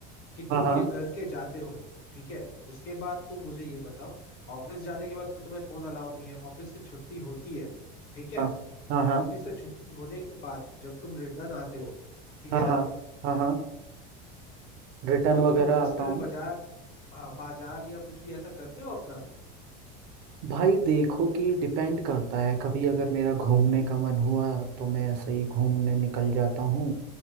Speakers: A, on the left; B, on the right.
A: कि
B: हाँ
A: तुम
B: हाँ
A: ये करके जाते हो ठीक है उसके बाद तुम मुझे ये बताओ ऑफिस जाने के बाद तो तुम्हें फोन अलाउ नहीं है ऑफिस से छुट्टी होती है ठीक है
B: हाँ हाँ हाँ
A: ऑफिस से छुट्टी होने के बाद जब तुम रिटर्न आते हो ठीक
B: हाँ
A: है ना
B: हाँ हाँ हाँ रिटर्न
A: तो
B: वगैरह
A: तुम रास्ते
B: आता
A: में
B: हूँ
A: बाजार हाँ, बाजार या कुछ भी ऐसा करते हो अपना
B: भाई देखो कि डिपेंड करता है कभी अगर मेरा घूमने का मन हुआ तो मैं ऐसे ही घूमने निकल जाता हूँ